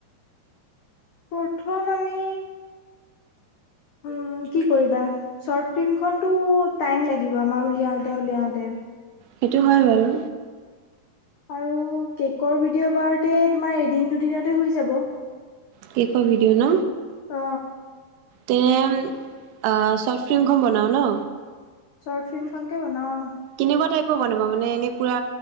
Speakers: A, on the left; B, on the right.
A: প্ৰথম আমি উম কি কৰিবা শৰ্ট ফিল্মখনতো টাইম লাগিব আমাৰ উলিয়াওতে উলিয়াওতে
B: সেইটো হয় বাৰু
A: আৰু কেকৰ ভিডিঅ' বাৰতে তোমাৰ এদিন দুদিনতে হৈ যাব
B: কে ক' ভিডিঅ ন
A: অ
B: তে চৰ্ট ফিল্ম খন বনাওঁ ন
A: চৰ্ট ফিল্মখনকে বনাওঁ
B: কেনেকুৱা টাইপৰ বনাবা মানে এনেই পুৰা